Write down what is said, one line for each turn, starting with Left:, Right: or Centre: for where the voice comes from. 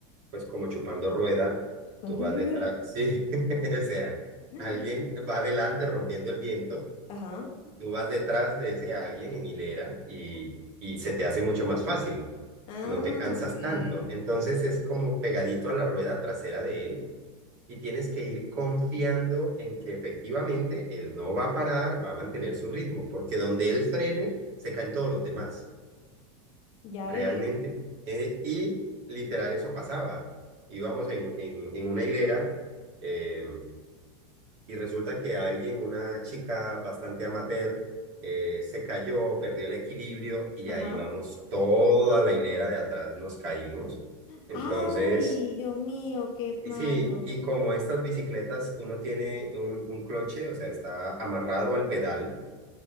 Right: pues como chupando rueda,
Left: Cuando
Right: tú vas
Left: rueda.
Right: detrás, sí, <laughs> o sea,
Left: <laughs>
Right: alguien va adelante rompiendo el viento,
Left: Ajá.
Right: tú vas detrás de ese alguien en hilera y, y se te hace mucho más fácil,
Left: Ah,
Right: no te cansas
Left: ok.
Right: tanto. Entonces es como pegadito a la rueda trasera de él y tienes que ir confiando en que efectivamente él no va a parar, va a mantener su ritmo, porque donde él frene, se caen todos los demás,
Left: Ya
Right: realmente.
Left: veo.
Right: Eh, y literal eso pasaba. Íbamos en, en, en una hilera eh, y resulta que alguien, una chica bastante amateur, eh, se cayó, perdió el equilibrio y
Left: Ajá.
Right: ahí vamos toda la hilera de atrás, nos caímos. Entonces
Left: Ay, Dios mío, qué
Right: y
Left: malo.
Right: Sí, y como estas bicicletas, uno tiene un, un cloche, o sea, está amarrado al pedal.